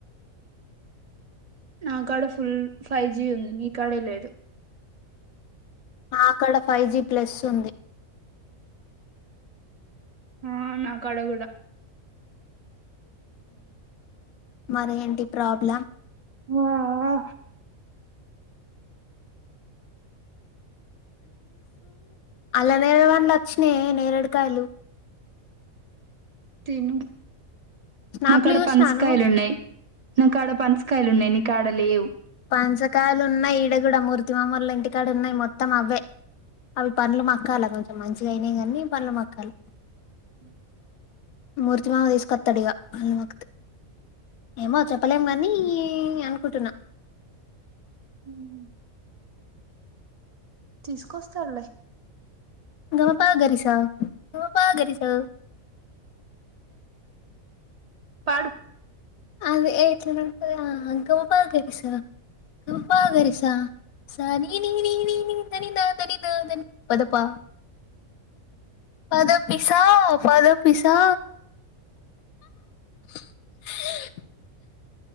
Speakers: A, on the right; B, on the left.
A: నాకాడ ఫుల్ ఫైవ్ జీ ఉంది మీకాడే లేదు
B: నాకడ ఫైవ్ జి ప్లస్ ఉంది
A: ఆ నా కడ కూడా
B: మరి ఏంటి ప్రాబ్లం
A: ఆ
B: అలా నేరడు పండ్లు వచ్చినాయి నేరడు కాయలు
A: తిను
B: స్నాప్లు
A: నాక్కడ
B: చూసినాను
A: పనసకాయలున్నాయి నాకు ఆడ పనసకాయలు ఉన్నాయి నీకు ఆడ లేవు
B: పనసకాయలు ఉన్నాయి ఇడ కూడా మూర్తి మామూళ్ల ఇంటికాడ ఉన్నాయి మొత్తం అవే అవి పండ్లు మక్కాల కొంచెం మంచిగా అయినాయి కానీ పండ్లు మక్కల మూర్తి మామ తీసుకొత్తడిగా <unintelligible> ఏమో చెప్పలేం నీ అనుకుంటున్నా
A: మ్మ్ తీసుకొస్తాడులే
B: గమప గరిసా గమప గరిసా
A: పాడు
B: అది ఎట్లనో ఉంటదిగా గమప గరిసా గమప గరిసా సానీ నీ నీ నీ దని దని దని పదపా పదపిసా పదపిసా ఆ